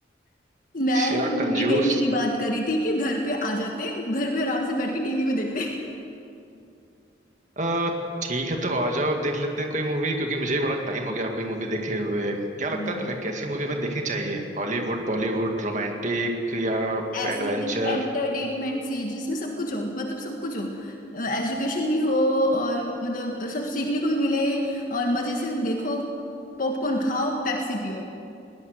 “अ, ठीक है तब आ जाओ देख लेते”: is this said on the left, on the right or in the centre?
Right